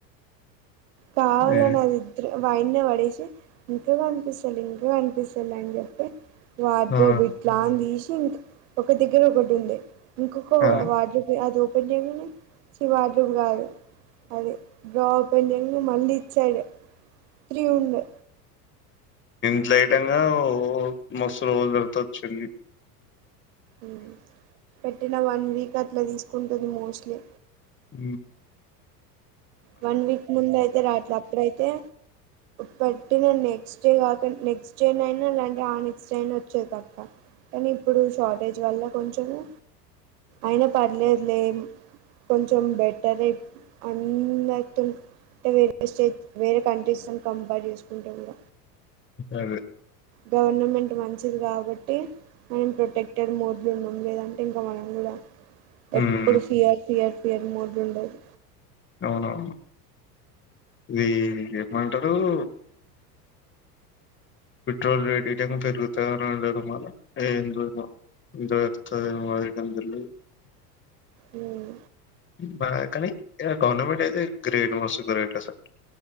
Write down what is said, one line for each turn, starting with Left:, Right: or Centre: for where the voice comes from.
Right: పావాల
Left: ఆ
Right: నాదిద్ర్ వైన్నే పడేసి ఇంక కనిపిస్తలే ఇంక కనిపిస్తలే అని చెప్పి వార్డ్రోబ్
Left: ఆ
Right: ఇట్లాన్ తీషి ఒక దగ్గర ఒకటి ఉండే ఇంక ఒక
Left: ఆ
Right: వార్డ్రోబ్ అది <inaudible> చి వాటిది కాదు అది డ్రావ్పెడింగ్ ను మళ్ళీ ఇచ్చాడు త్రి వుండె
Left: ఇంట్లయిటంగా ఓ మస్తు రోజలు గుర్తొచ్చింది.
Right: ఉ పెట్టిన వన్ వీక్ అట్ల తీసుకుంటది మోస్ట్లీ
Left: ఊ
Right: వన్ వీక్ ముందయితె రావట్ల అప్పుడైతె పెట్టిన నెక్స్ట్ డె కాక నెక్స్ట్ డె నయినా ల్యాంటె ఆ నెక్స్ట్ డె అయిన వచ్చేది పప కానీ ఇప్పుడు షార్టేజ్ వల్ల కొంచెము అయినా పర్లేదు లే కొంచెం బెటర్ ఎ అన్ మ్ దట్టు వేరె స్టేట్ వేరె కంట్రీస్ని కంపేర్ చేసుకుంటె కూడ
Left: అదె
Right: గవర్నమెంట్ మంచిది కాబట్టి మనం ప్రొటెక్టెడ్ మోడ్లో ఉన్నాం లేదంటె ఇంక మనం గుడా
Left: హ్మ్.
Right: ఎప్పుడు ఫియర్ ఫియర్ ఫియర్ మోడ్ ఉండదు.
Left: అవునవును ఈ ఏమంట ఉం పెట్రోల్ రేట్ ఈడేమో పెరుగుతదని అన్నారు మళ ఏందో మో ఎంత పెరుగుతదో ఏమో రేట్ అని తెలియలేదు.
Right: హ్మ్
Left: బ కాని ఐన గవర్నమెంట్ అయితె గ్రేట్ మస్త్ గ్రేట్ అసల్